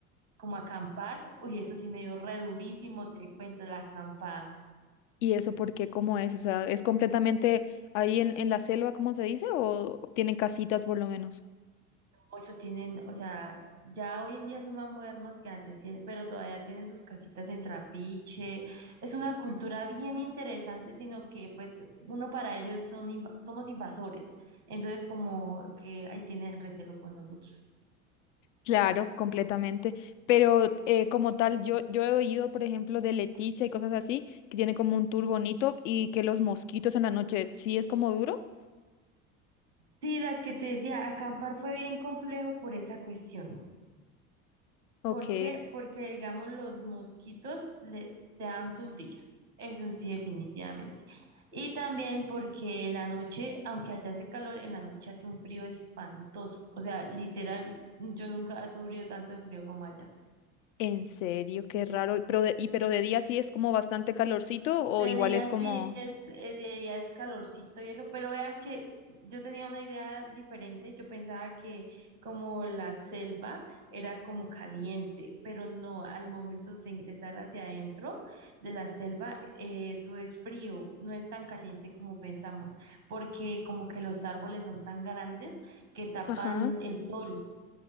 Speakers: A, on the right; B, on the left.
A: como a acampar, uy, eso sí me dio re durísimo, te cuento la acampada.
B: ¿Y eso por qué? ¿Cómo es? O sea, ¿es completamente ahí en, en la selva, como se dice? ¿O tienen casitas por lo menos?
A: O Eso tienen, o sea, ya hoy en día son más modernos que antes, tienen- pero todavía tienen sus casitas en trapiche. Es una cultura bien interesante, sino que pues uno para ellos son inv- somos invasores. Entonces como que ahí tienen recelo con nosotros.
B: Claro, completamente. Pero eh, como tal, yo, yo he oído, por ejemplo, de Leticia y cosas así, que tiene como un tour bonito y que los mosquitos en la noche sí es como duro.
A: Sí, las que te decía, acampar fue bien complejo por esa cuestión.
B: Ok,
A: ¿Por qué? Porque, digamos, los mosquitos le, te dan tu trilla. Eso sí, definitivamente. Y también porque en la noche, aunque allá hace calor, en la noche hace un frío espantoso. O sea, literal, yo nunca he sufrido tanto de frío como allá.
B: en serio, qué raro. Y Pero de, y pero de día sí es como bastante calorcito o
A: De
B: igual
A: día
B: es como...
A: sí es, eh, de día es calorcito y eso, pero vea que yo tenía una idea diferente, yo pensaba que como la selva era como caliente, pero no, al momento de ingresar hacia adentro de la selva, eh, eso es frío, no es tan caliente como pensamos, porque como que los árboles son tan grandes que tapan
B: Ajá.
A: el sol.